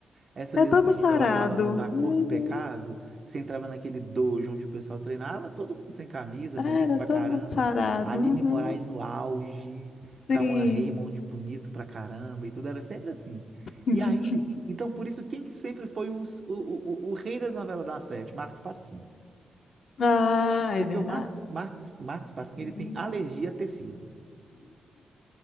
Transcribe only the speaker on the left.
É
todo
mundo
sarado.
Uhum.
Era
todo
mundo sarado.
Uhum.
Sim.
<laughs>
Ah,
é verdade.
É
verdade.